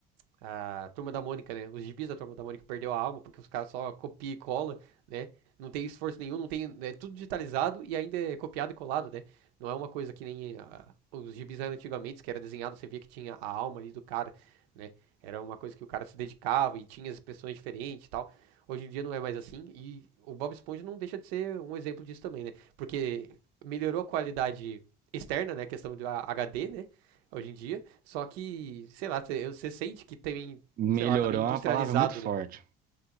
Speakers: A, on the right; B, on the right.
A: a Turma da Mônica, né? Os gibis da Turma da Mônica perdeu a alma, porque os caras só copia e cola, né? Não tem esforço nenhum, não tem. né? É tudo digitalizado e ainda é copiado e colado, né? Não é uma coisa que nem ah, os gibis eram antigamente, que era desenhado, você via que tinha a alma ali do cara, né? Era uma coisa que o cara se dedicava e tinha as expressões diferentes e tal. Hoje em dia não é mais assim. E o Bob Esponja não deixa de ser um exemplo disso também, né? Porque melhorou a qualidade externa, né? A questão do HD, né? Hoje em dia só que, sei lá, cê- você sente que tem,
B: Melhorou
A: sei lá, tá meio industrializado,
B: é uma palavra muito forte.
A: né?